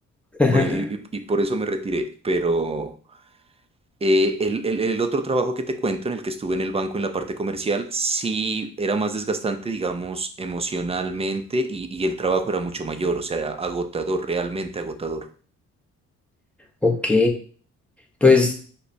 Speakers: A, in the centre; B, on the right.
A: <laughs>
B: Bueno, y, y- y por eso me retiré, pero... Eh, el, el- el otro trabajo que te cuento, en el que estuve en el banco en la parte comercial, sí era más desgastante, digamos, emocionalmente y, y el trabajo era mucho mayor, o sea, era agotador, realmente agotador.
A: Ok, pues